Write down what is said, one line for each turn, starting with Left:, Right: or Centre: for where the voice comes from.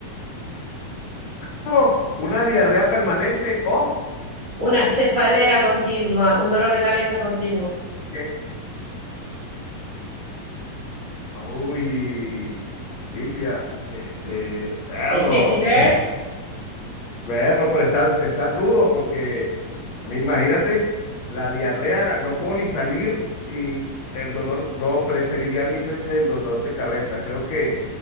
Left: ¿Cómo? ¿Una diarrea permanente o
Right: Una cefalea continua, un dolor de cabeza continuo.
Left: qué? Uy, Silvia, este, perro.
Right: Es Difícil, ¿eh?
Left: <laughs> Berro, pero está, está rudo porque, me imagínate, la diarrea, no puedo ni salir y el dolor, no, preferiría mil veces el dolor de cabeza. Creo que